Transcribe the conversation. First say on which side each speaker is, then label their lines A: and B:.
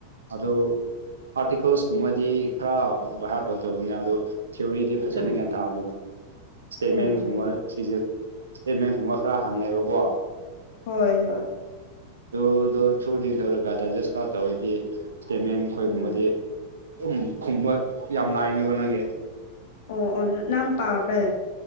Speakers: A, on the right; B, on the left.
A: ꯑꯗꯨ ꯑꯥꯔꯇꯤꯀꯜꯁꯀꯨꯝꯕꯗꯤ ꯈꯔ ꯚꯔꯥꯠ ꯇꯧ ꯇꯧꯕꯅꯦ ꯑꯗꯨ ꯊꯤꯑꯣꯔꯤꯗꯤ ꯐꯖꯅ
B: ꯎꯝ
A: ꯒ꯭ꯌꯥꯟ ꯇꯥꯗꯦꯕ ꯏꯁꯇꯦꯃꯦꯟ
B: ꯑꯣ
A: ꯀꯨꯝꯕꯔ
B: ꯍꯣꯏ
A: ꯁꯤꯁꯦ ꯁꯇꯦꯠꯃꯦꯟꯒꯨꯝꯕ ꯈꯔ ꯍꯥꯡꯉꯩꯑꯕꯀꯣ
B: ꯍꯣꯏ ꯍꯣꯏ
A: ꯇꯨꯗꯣ ꯊ꯭ꯔꯨꯗꯤꯦꯟ ꯇꯧꯔꯒ ꯗꯥꯏꯖꯦꯁ ꯈꯔ ꯇꯧꯔꯗꯤ ꯏꯁꯇꯦꯃꯤꯡ ꯑꯩꯈꯣꯏꯒꯨꯝꯕꯗꯤ
B: ꯑꯣ
A: ꯑꯗꯨꯝ ꯈꯨꯝꯕ ꯌꯥꯝ ꯂꯥꯏꯅꯦꯕ ꯅꯪꯒꯤ
B: ꯑꯣ ꯑꯣ ꯅꯪ ꯄꯥꯕ꯭ꯔꯥ